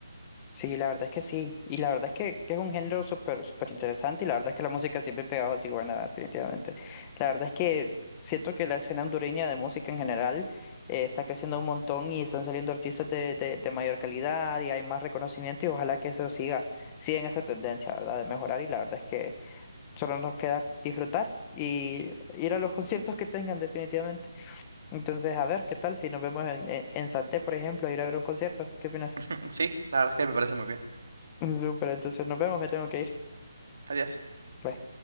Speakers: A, on the left; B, on the right.
A: Sí, la verdad es que sí. Y la verdad es que, que es un género súper súper interesante y la verdad es que la música siempre pegaba así, bueno, definitivamente. La verdad es que siento que la escena hondureña de música en general eh, está creciendo un montón y están saliendo artistas de, de, de mayor calidad y hay más reconocimiento y ojalá que eso siga, siga en esa tendencia, ¿verdad? De mejorar y la verdad es que solo nos queda disfrutar y ir a los conciertos que tengan definitivamente. Entonces, a ver, ¿qué tal si nos vemos en, en en Santé, por ejemplo, a ir a ver un concierto? ¿Qué opinas?
B: <laughs> Sí, la verdad es que me parece muy bien.
A: Súper, entonces nos vemos, me tengo que ir.
B: Adiós.
A: Bye.